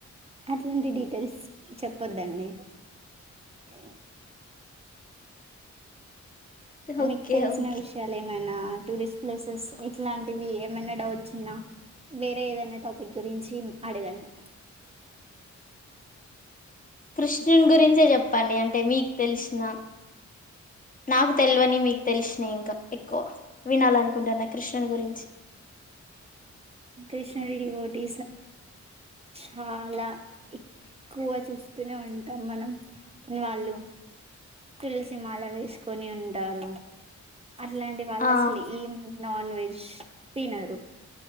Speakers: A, on the right (about 20°); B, on the left (about 25°).
A: అట్లాంటి డీటెయిల్స్ చెప్పొద్దండి అ
B: ఓకే
A: మీకు తెలిసిన
B: ఓకే
A: విషయాలు ఏమైనా టూరిస్ట్ ప్లేసెస్ ఇట్లాంటివి ఏమైనా డౌట్స్ ఉన్నా వేరే ఏదైనా టాపిక్ గురించి అడగండి
B: కృష్ణుని గురించే చెప్పండి అంటే మీకు తెలిసిన నాకు తెలివని మీకు తెలిసినాయి ఇంకా ఎక్కువ వినాలనుకు కుడాన్న కృష్ణను గురించి
A: కృష్ణరెడ్డి బోటీస్ చాలా ఎక్కువగా చూస్తూనే ఉంటాం మనం వాళ్ళు తులసిమాల వేసుకొని ఉంటారు అట్లాండి వాళ్ళు
B: ఆ
A: అసలు ఈం నాన్ వెజ్ తినరు